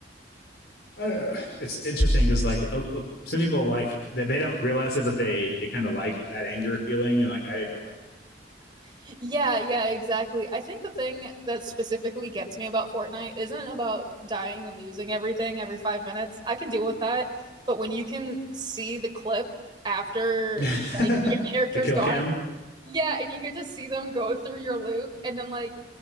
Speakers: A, on the left; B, on the right.
A: Uh, it's interesting because like uh, uh, some people like they, they don't realize it, but they they kind of like that anger feeling, and like I don't like feeling angry.
B: Yeah, yeah, exactly. I think the thing that specifically gets me about Fortnite isn't about dying and losing everything every five minutes. I can deal with that, but when you can see the clip after
A: I'd rather
B: like
A: feel not. angry.
B: your character's
A: <laughs> the kill
B: gone
A: cam.
B: Yeah, and you get to see them go through your loot and then like